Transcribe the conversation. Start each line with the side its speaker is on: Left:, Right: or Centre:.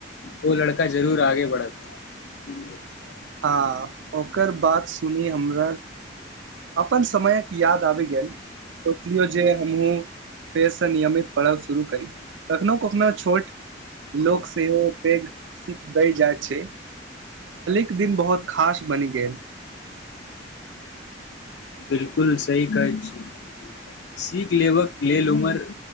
Left: ओ लड़का जरूर आगे बढ़त। हूँ <inaudible>
Right: आ ओकर बात सुनि हमरा अपन समयक। याद आबि गेल कहलिअ जे हमहुँ फेरसँ नियमित पढ़ाइ शुरू करी कखनो-कखनो छोट लोक सेहो पैघ सीख दऽ जाइत छै। दिन बहुत खास बनि गेल।
Left: बिलकुल सही कहैत छी सीख लेबाक लेल उमर